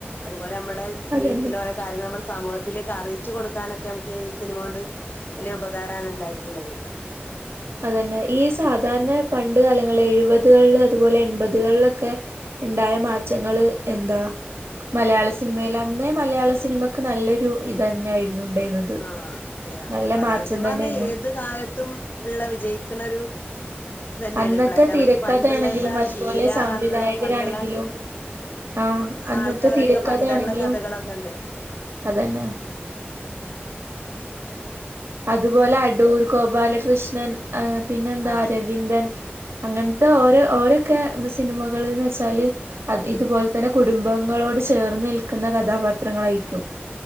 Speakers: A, on the left; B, on the right.
A: അതുപോലെ ഞമ്മടെ
B: അതന്നെ
A: ജീവിതത്തില് ഓരോ കാര്യങ്ങൾ അമ്മള് സമൂഹ ത്തിലേക്ക് അറിയിച്ചു കൊടുക്കാനൊക്കെ അമ്മക്ക് ഈ സിനിമ കൊണ്ട് വെല്ല്യ ഉപകാരാണ് ഇണ്ടായിട്ടുള്ളത്.
B: അതന്നെ. ഈ സാധാരണ പണ്ട് കാലങ്ങളി എഴുവതുകളിൽ അതുപോലെ എൺപതുകളിലൊക്കെ ഇണ്ടായ മാറ്റങ്ങള് എന്താ. മലയാള സിനിമയില് അന്നേ മലയാള സിനിമക്ക് നല്ലൊരു ഇതെന്നേ ആയിരുന്നു ഉണ്ടായിരുന്നത്.
A: ആഹ്. ഏഹ്
B: നല്ല
A: മലയാള
B: മാറ്റം
A: സിനിമാറ്ഞ്ഞാൽ
B: തന്നെയായിരുന്നു.
A: ഏത് കാലത്തും ഇള്ള വിജയിക്ക്ണ ഒരു തന്നേണ്.
B: അന്നത്തെ
A: ബ്ലാക്ക് ആൻഡ്
B: തിരക്കഥയാണെങ്കിലും
A: വൈറ്റ്. പണ്ടുള്ള എന്താ
B: അതുപോലെ
A: ഷീല
B: സംവിധായകരാണെങ്കിലും
A: അറ്ഞ്ഞുള്ള പണ്ടുള്ള
B: ആഹ് അന്നത്തെ
A: ആൾക്കാരൊക്കെ
B: തിരക്കഥയാണെങ്കിലും
A: പണ്ടേ ഇള്ള കഥകളൊക്കെണ്ട്.
B: അതന്നെ അതുപോലെ അടൂർ ഗോപാലകൃഷ്ണൻ, പിന്നെ എന്താ
A: ആഹ്
B: അരവിന്ദൻ, അങ്ങൻത്തെ ഓര് ഓരോക്കെ സിനിമകള്ന്ന് വെച്ചാല്. അത് ഇതുപോലെ തന്നെ കുടുംബങ്ങളോട് ചേർന്ന് നിൽക്കുന്ന കഥാപാത്രങ്ങളായിക്കും.